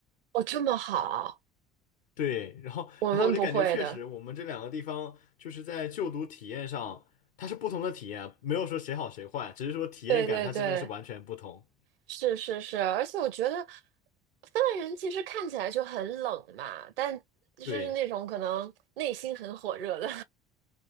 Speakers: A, on the right (about 65°); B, on the left (about 65°).
A: 哦，这么好，
B: 对，然后然后我就感觉确实，
A: 我们不会的。
B: 我们这两个地方就是在就读体验上，它是不同的体验，没有说谁好谁坏，只是说体验感它真的是完全不同。
A: 对对对，是是是，而且我觉得芬兰人其实看起来就很冷嘛，但就是那种可能内心很火热的。
B: 对。